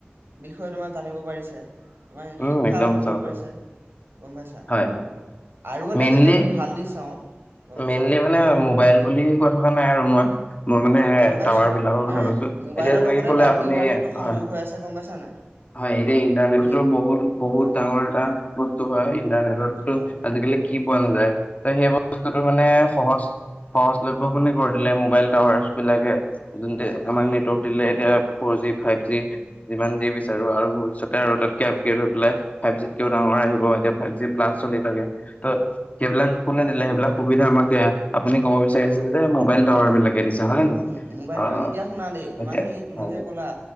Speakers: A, on the right; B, on the left.
A: বিষয়ে তোমাৰ জানিব পাৰিছে তোমাৰ
B: উম,
A: শিক্ষা
B: একদম
A: লাভ
B: সঁচা
A: কৰিব
B: কথা।
A: পাৰিছে, গম পাইছা?
B: হয় হয়।
A: আৰু এটা
B: মেইনলি
A: যদি আমি ভাল দিখ চাওঁ, গম পাইছানে?
B: মেইনলি মানে মোবাইল বুলি কৈ থকা নাই আৰু মই মই মানে
A: অ গম পাইছো
B: টাৱাৰ বিলাকৰ
A: মানে
B: কথা কৈছো,
A: মোবাইলৰ
B: এতিয়া যেনেকে
A: লগতে
B: কলে
A: তাৰ
B: আপুনি
A: ইণ্টাৰনেটটো
B: হ'য়
A: সংযোগ হৈ আছে গম পাইছা নাই
B: হয়, এতিয়া ইন্টাৰনেটতো
A: সেই
B: বহুত, বহুত
A: হয়
B: ডাঙৰ এটা বস্তু হয়, ইণ্টাৰনেতটো
A: হয়
B: আজিকালি কি পোৱা নাযায়, ত' সেই বস্তুতটো
A: হয়
B: মানে সহজ সহজলৈভ খিনি কৰি দিলে, মোবাইল টাৱাৰছ বিলাকে যোনতোৱে
A: হয় হয়
B: আমাক নেটৱৰ্ক দিলে, এতিয়া four G five
A: um
B: G, যিমান যি বিচাৰো আৰু ভৱিষৎ চতে
A: হয়
B: আৰু
A: হয়
B: তাতকে আপগ্ৰেড হৈ পেলাই, ফাইভ জিত কেওঁ ডাঙৰ আহিব, এতিয়া ফাইভ জি প্লাছ
A: অ
B: চলি থাকে ত' সেইবিলাক কোনে দিলে, সেইবিলাক সুবিধা আমাকে, আপুনি কব বিচাৰিছে যে মোবাইল টাৱাৰ
A: উম,
B: বিলাকে দিছে হয় নে নহয়
A: মো মোবাইল
B: অ
A: টাৱাৰ, এতিয়া শুনা দেই তোমাৰ
B: এতিয়া
A: সেই তুমি
B: হয়
A: যে ক'লা